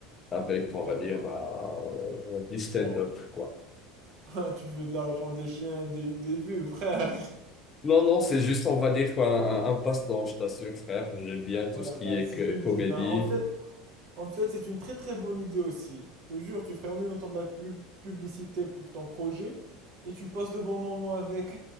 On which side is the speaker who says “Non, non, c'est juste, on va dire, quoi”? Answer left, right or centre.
Left